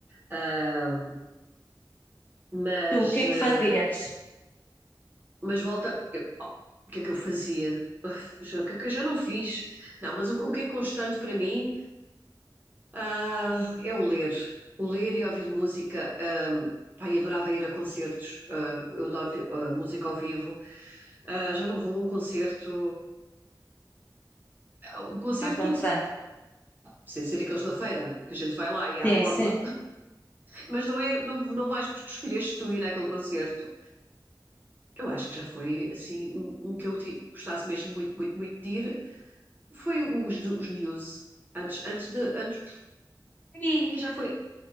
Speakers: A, on the right; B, on the left.
A: Ah, mas
B: Tu, o que é
A: eh,
B: que fazias?
A: Mas volta. eu- oh, o que é que eu fazia? Já- O que é que eu já não fiz? Não, mas o, o que é constante para mim, ah, é o ler. O ler e ouvir música. ahm, pá, eu adorava ir a concertos. ah, eu adoro vi- ah, música ao vivo. Ah, já não vou a um concerto. a Um concerto.
B: Há quantos anos?
A: Sem ser aqueles da feira, que a gente vai lá e à
B: Sim,
A: borla,
B: sim.
A: mas não é, não, não vais porque escolheste tu ir àquele concerto. Eu acho que já foi assim um, um que eu ti- gostasse mesmo muito, muito, muito de ir, Foi os, do- os Muse. Antes, antes de. Antes,
B: Ih,
A: e já foi.